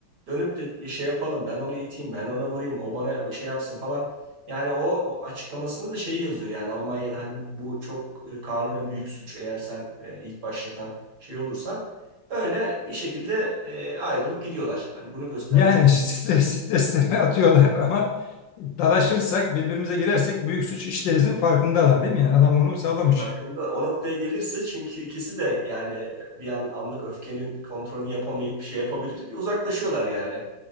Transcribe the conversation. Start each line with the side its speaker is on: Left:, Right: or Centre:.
Right: dönüp de şey yapalım ben onu iteyim, ben ona vurayım, o bana şey yapsın falan. Yani o, o açıklamasında da şeyi yazıyor yani Almanya'da hani bu, bu çok e, kanunen büyük suç eğer sen e, ilk başlatan şey olursan. Öyle bir şekilde e, ayrılıp gidiyorlar. Hani bunu göstermiş
Left: Yani <laughs> stres, streslerini atıyorlar ama dalaşırsak, birbirimize girersek büyük suç işlerizin farkındalar değil mi? Yani adam bunu sağlamış.
Right: farkında. O noktaya gelirse çünkü ikisi de yani e, bir an anlık öfkenin kontrolünü yapamayıp şey yapabilir. Bir uzaklaşıyorlar yani.